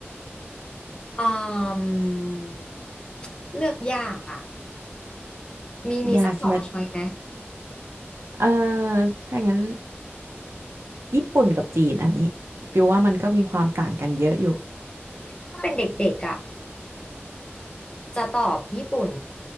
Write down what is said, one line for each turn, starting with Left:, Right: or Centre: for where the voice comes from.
Left: อืมเลือกยากอ่ะมีมีสักสองช้อยไหม
Right: ยากใช่ไหมเอ่อถ้างั้นญี่ปุ่นกับจีนอันนี้ปิวว่ามันก็มีความต่างกันเยอะอยู่
Left: ถ้าเป็นเด็กๆอ่ะจะตอบญี่ปุ่น